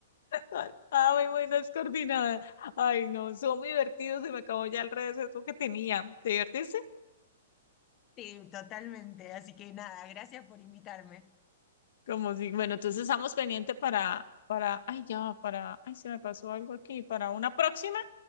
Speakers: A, on the left; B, on the left.
A: Ah, ah, muy, muy descoordinada. Ay, no, son muy divertidos, se me acabó ya el receso que tenía. ¿Te divertiste?
B: Sí, totalmente. Así que nada, gracias por invitarme.
A: Como si, bueno, entonces estamos pendientes para, para, ay, ya, va, para, ay, se me pasó algo aquí, para una próxima,